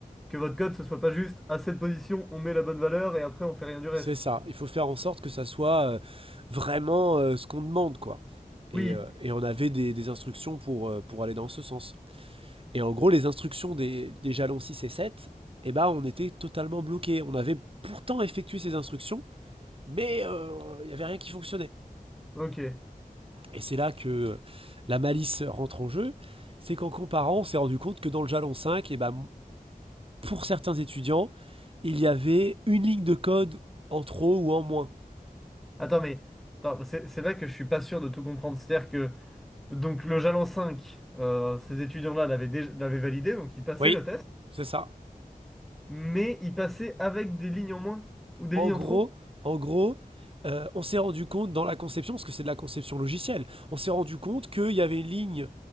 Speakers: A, in the centre; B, on the right.
A: que votre code ce soit pas juste à cette position, on met la bonne valeur et après on fait rien du reste.
B: C'est ça. Il faut faire en sorte que ça soit euh, vraiment euh, ce qu'on demande, quoi. Et,
A: Oui,
B: euh, et on avait des, des instructions pour, euh, pour aller dans ce sens. Et en gros, les instructions des, des jalons 6 et 7, eh ben, on était totalement bloqués. On avait pourtant effectué ces instructions, mais euh, il n'y avait rien qui fonctionnait.
A: ok.
B: Et c'est là que euh, la malice rentre en jeu. C'est qu'en comparant, on s'est rendu compte que dans le jalon 5, eh ben, pour certains étudiants, il y avait une ligne de code en trop ou en moins.
A: Attends, mais attends, c'est c'est là que je suis pas sûr de tout comprendre. C'est-à-dire que donc le jalon 5, euh, ces étudiants-là l'avaient déjà- l'avaient validé, donc ils passaient
B: Oui,
A: le test.
B: c'est ça.
A: mais il passait avec des lignes en moins ou des
B: En
A: lignes
B: gros,
A: en trop?
B: en gros, euh, on s'est rendu compte dans la conception, parce que c'est de la conception logicielle, on s'est rendu compte qu'il y avait une ligne